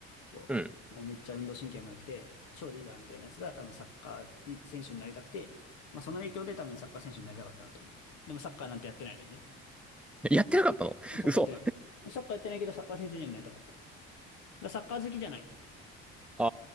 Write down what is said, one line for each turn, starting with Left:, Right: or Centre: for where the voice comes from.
Left: こうもうめっちゃ運動神経も良くて、
Centre: うん。
Left: 超リーダーみたいなやつが多分サッカーに選手になりたくて、まあその影響で多分サッカー選手になりたかったなと思う。でもサッカーなんてやってないのにね。
Centre: やってなかったの嘘。
Left: サッカーやってないよ。サッカーやってないけどサッカー選手にはなりたかった。だからサッカー好きじゃない。
Centre: あ